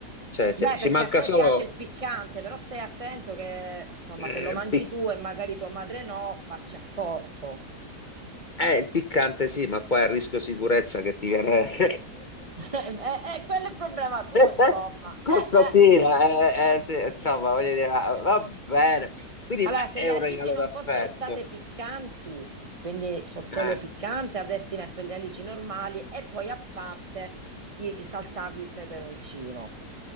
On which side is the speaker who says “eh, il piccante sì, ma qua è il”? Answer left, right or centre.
Left